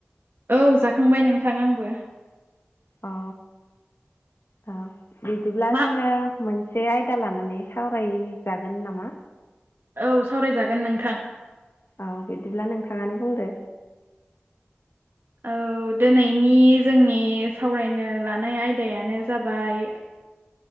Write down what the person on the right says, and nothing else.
औ जाखांबाय नोंथां आंबो।
मा
औ सावरायजागोन नोंथां।
औ दिनैनि जोंनि सावरायनो लानाय आयदायानो जाबाय